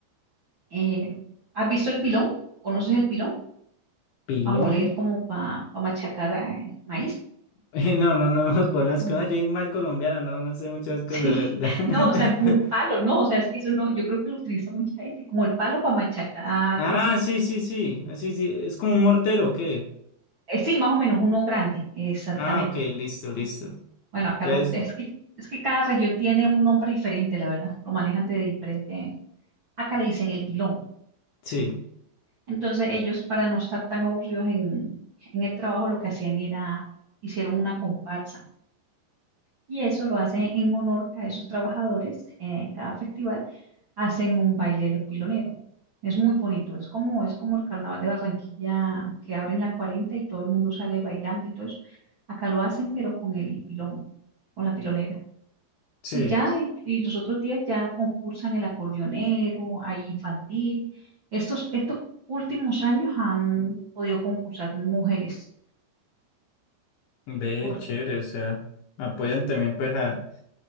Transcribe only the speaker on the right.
eh, ¿has visto el pilón? ¿Conoces el pilón?
Para moler, como para machacar eh, maíz.
Como,
<laughs>
sí,
no, o sea, como un palo, no, o sea, es que eso no, yo creo que lo utiliza mucha gente, como el palo para machacar, algo
así.
Eh, sí, más o menos, uno grande, exactamente.
Bueno, acá
lo, es que, es que cada región tiene un nombre diferente, la verdad, lo manejan de diferente. Acá le dicen el pilón.
Entonces ellos, para no estar tan aburridos en, en el trabajo, lo que hacían era, hicieron una comparsa. Y eso lo hacen en honor a esos trabajadores. eh, en cada festival hacen un baile de los piloneros. Es muy bonito. Es como, es como el carnaval de Barranquilla que abren la 40 y todo el mundo sale bailando y todo eso. Acá lo hacen, pero con el pilón, con la pilonera.
Y ya, y, y los otros días ya concursan el acordeonero, hay infantil. Estos, estos últimos años han podido concursar mujeres.
Por-